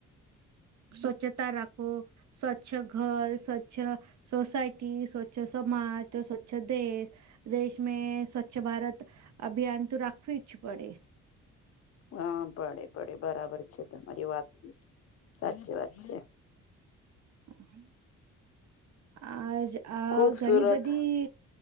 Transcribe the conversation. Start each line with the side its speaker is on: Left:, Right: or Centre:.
Right: સ્વચ્છતા રાખો સ્વચ્છ ઘર સ્વચ્છ સોસાયટી સ્વચ્છ સમાજ સ્વચ્છ દેશ દેશ મે સ્વચ્છ ભારત અભિયાન તો રાખવું જ પડે
Left: હા પડે પડે બરાબર છે, તમારી વાત સાચી વાત છે.
Right: હ આજ
Left: ખુબ
Right: ઘણી
Left: સુરત
Right: બધી